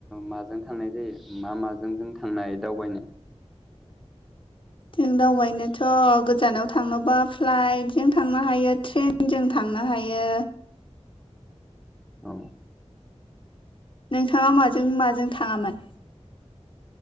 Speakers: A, in the centre; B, on the left (about 50°).
A: माजों थांनाय जायो मा माजों जों थांनाय दावबायनो
B: जों दावबायनोथ' गोजानाव थाङोबा फ्लाइट जों थांनो हायो ट्रेन न जों थांनो हायो
A: औ
B: नोंथाङा माजों माजों थाङामोन